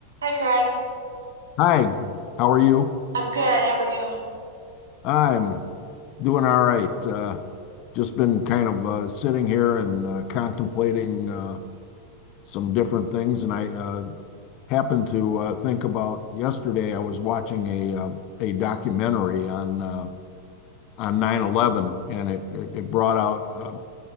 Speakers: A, on the right; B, on the left.
A: Hi, Craig.
B: Hi, how are you?
A: I'm good. How are you?
B: I'm doing all right. Uh, just been kind of uh, sitting here and uh, contemplating uh, some different things, and I uh, happened to uh, think about yesterday. I was watching a uh, a documentary on uh, on 9/11, and it it, it brought out uh,